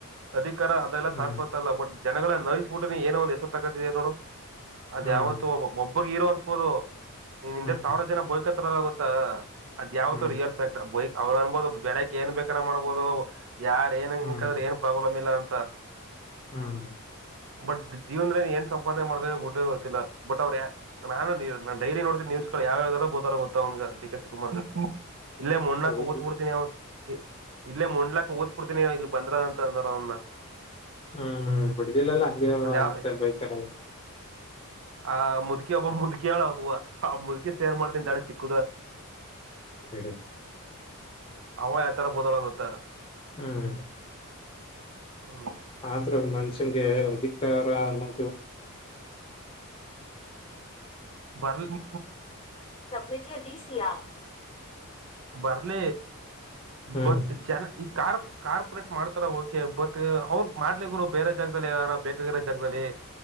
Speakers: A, on the right; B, on the left.
A: ಅಧಿ ಕಾರ ಅದೆಲ್ಲ
B: ಹ್ಮ್,
A: ಶಾಸ್ವತ ಅಲ್ಲ ಬಟ್ ಜನಗಳ ನವಸ್ಬಿಟ್ಟು ನೀ ಏನೋ ಒಂದ್ ಹೆಸರು ತಕತಿದಿಯಾ ನೋಡು ಅದ್
B: ಹ್ಮ್,
A: ಯಾವತ್ತು ಹೋಬ ಒಬ್ಬರ್ ಹೀರೋ ಅನ್ಸ್ಬೋದು. ನೀನ್ ಹಿಂದೆ
B: ಹ್ಮ್,
A: ಸಾವಿರ ಜನ ಬೋಯ್ಕತ್ರಲ್ಲ ಗೊತ್ತಾ ಅದ ಯಾವತ್ತು
B: ಹ್ಮ್,
A: ರಿಯಲ್ ಫ್ಯಾಕ್ಟರ್ ಬೈ ಅವ್ರು ಅನ್ಬೋದು ಬೆಳಕ್ ಏನ್ ಬೇಕಾರ ಮಾಡಬೋದು ಯಾರ ಏನ್
B: ಹ್ಮ್,
A: ಇಂಕ್ ಅಂದ್ರ್ ಏನು ಪ್ರಾಬ್ಲಮ್ ಇಲ್ಲ ಅಂತ
B: ಹ್ಮ್.
A: ಬಟ್ ಜೀವನ ಏನ್ ಸಂಪಾದನೆ ಮಾಡ್ತ ಬಿಟ್ಟ ಗೊತ್ತಿಲ್ಲ ಬಟ್ ಅವ್ರ ನಾನು ನಾನ್ ಡೈರಿ ನೋಡ್ತಿರ್ ನ್ಯೂಸ್ ಗಳ್ ಯಾವ್ಯಾವ್ತರ ಬೋತಾರೆ ಗೊತ್ತ ಅವ್ನ್ ಗೆ ಡಿ ಕೇ ಶಿವಕುಮಾರ್ಗೆ. ಇಲ್ಲೇ ಮಣ್ಣಕ್
B: ಹೌದು
A: ಊತ್ ಬಿಡ್ತೀನಿ ಅವ ಎ ಇಲ್ಲೇ ಮುಣ್ಲಾಕ್ ಹೂತ್ ಬಿಡ್ತೀನಿ ಇಲ್ ಬಂದ್ರ ಅಂತ ಅಂದಾರ ಅವ್ನ.
B: ಹ್ಮ್ ಬಿಡ್ದಿಲ್ಲೆಲ್ಲ ಹಂಗೆ <unintelligible>
A: ಅದ್ಯಾವ್
B: ಅಂತ ಬೈತಾರಲ್
A: ಆ ಮುದುಕಿ ಒಬ್ಬ ಮುದುಕಿಯಳ ಹೂವ. ಹ ಮುದುಕೀ ಶೇರ್ ಮಾಡ್ತಿನ್ ತಡಿ ಸಿಕ್ಕುದ್ರೆ.
B: ಬಿಡು
A: ಅವ ಯಾ ತರ ಬೋದಾಳ ಗೊತ್ತೇನು
B: ಹ್ಮ್
A: ಹ್ಮ್
B: ಆದ್ರು ಅವ್ನ್ ಮನ್ಸ್ ಗೆ ಅಧಿಕಾರ ಅನ್ನೋ
A: ಬರ್ಲಿ
B: <inaudible> ದೀಿಸಿಯಾ
A: ಬರ್ಲ
B: ಹ್ಮ್
A: ಬಟ್ ಜನ ಈ ಕಾರಾರ್ ಕಾರ್ಪೋರೇಟ್ ಮಾಡ್ತಾರ ಓಕೆ ಬಟ್ ಅವರು ಮಾಡ್ಲಿರು ಬೇರೆ ಜಾಗದಲ್ಲಿಾರ ಬೇಕ ಬೇರೆ ಜಾಗದಲ್ಲಿ